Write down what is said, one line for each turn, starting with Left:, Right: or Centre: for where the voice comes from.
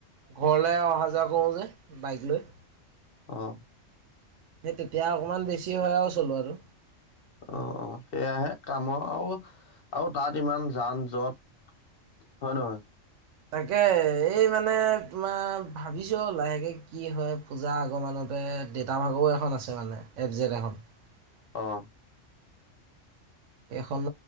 Right: ঘৰলে অহা যোৱা কৰোঁ যে, বাইক লৈ।
Left: অঁ
Right: সেই তেতিয়া অকণমান বেছি হয় আও চলোৱাতো।
Left: অহ' সেয়াহে কামৰ আৰু, আৰু তাত ইমান যান যত। হয়, নহয়।
Right: তাকে এই মানে তোমাৰ ভাবিছো আৰু লাহেকে কি হয় পূজা আগমানতে দেতা ভাগৰও এখন আছে মানে এপজেট এখন হয় <unintelligible>
Left: অহ'।
Right: সেইখন